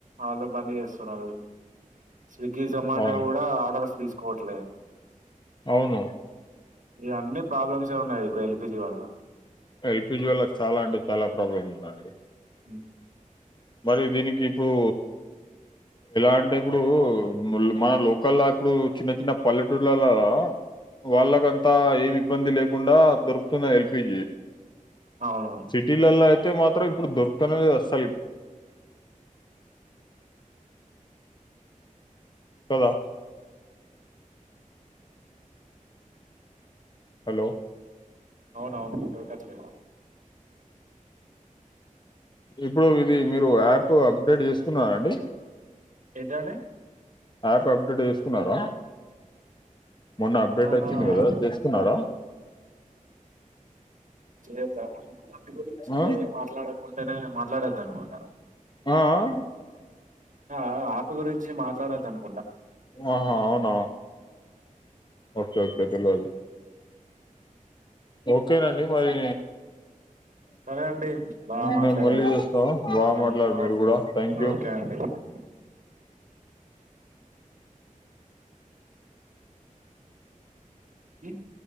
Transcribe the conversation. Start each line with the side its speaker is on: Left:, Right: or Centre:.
Right: ఆలోపే అన్ని చేస్తారు వాళ్లు స్విగ్గి, జొమాటో
Left: అవును
Right: కూడా ఆర్డర్స్ తీసు పోట్లే
Left: అవును
Right: ఇ అన్ని ప్రాబ్లమ్స్ ఉన్నాయి ఇ ఎల్పిజీ వల్ల
Left: ఎల్పిజీ వాళ్ళకి చాలా అంటే చాలా ప్రాబ్లమ్ ఉందండి
Right: హ్మ్
Left: మరి దీనికి ఇప్పుడు ఎలా అంటే ఇప్పుడు మన లోకల్ ఇప్పుడు చిన్న చిన్న పల్లెటూళ్లలా వాళ్ళకంతా ఏమి ఇబ్బంది లేకుండా దొరుకుతున్నయ్ ఎల్పీజి.
Right: అవును
Left: సిటీల ల్లో కే మాత్రం ఇప్పుడు దొర్కుతలేదస్స్ కదా హలో
Right: అవును అవును దొరకట్లేదు
Left: ఇప్పుడు ఇది మీరు యాప్ అ ప్డేట్ చేసుకున్నార అండి
Right: ఏంటండి
Left: యాప్ అప్డేట్ చేసుకున్నారా మొన్న అప్డేట్
Right: ఆ
Left: వచ్చింది కదా చేసుకున్నారా
Right: చేద్దా దాని గురించి
Left: ఆ!
Right: మాట్లాడకుంటేనే మాట్లాడొద్దు అనుకుంట,
Left: ఆ! ఆ!
Right: ఆ ఆ యాప్ గురించి మాట్లాడొద్దు అను
Left: ఆహా అవునా ఓకే ఓకే గురు ఓకేనండి మరి
Right: సరే అండి బాగా మాట్లాడారు
Left: మేము మళ్ళీ చేస్తా బాగా
Right: మళ్ళీ
Left: మాట్లాడు మీరు
Right: ఓకే
Left: కూడా థ్యాంక్ యూ,
Right: ఓకే అండి హ్మ్